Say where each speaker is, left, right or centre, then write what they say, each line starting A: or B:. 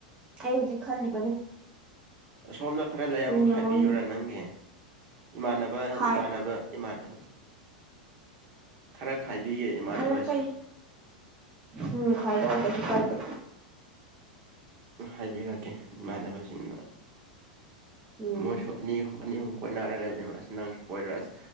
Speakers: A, on the right; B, on the right.
A: ꯑꯩ ꯍꯨꯖꯤꯛ ꯈꯜꯂꯤꯕꯅꯦ
B: ꯑꯁꯣꯝꯅ ꯈ꯭ꯔ ꯂꯩ
A: ꯀꯨꯟ
B: ꯑꯃꯨꯛ
A: ꯌꯧꯍꯟ
B: ꯈꯥꯏꯕꯤꯌꯨꯔ ꯅꯪꯒꯤ ꯏꯃꯥꯟꯅꯕ
A: ꯈꯥꯏ
B: ꯏꯃꯥꯟꯅꯕ ꯏꯃꯥꯟꯅꯕ ꯈꯔ ꯈꯥꯏꯕꯤꯒꯦ ꯏꯃꯥꯟꯅꯕꯁꯤꯡ
A: ꯈꯔ ꯄꯩ ꯎꯝ ꯍꯥꯢꯔꯛꯑꯣ ꯀꯩꯁꯨ ꯀꯥꯏꯗꯦ
B: ꯍꯥꯏꯕꯤꯔꯛꯀꯦ ꯏꯃꯥꯟꯅꯕꯁꯤꯡꯗ
A: ꯎꯝ
B: ꯃꯣꯏꯁꯨ ꯑꯅꯤ ꯑꯍꯨ ꯑꯅꯤ ꯑꯍꯨꯝ ꯀꯣꯏꯅꯔ ꯂꯩꯕꯅꯤ ꯑꯁ ꯅꯪꯁꯨ ꯀꯣꯏꯔꯣ ꯑꯁ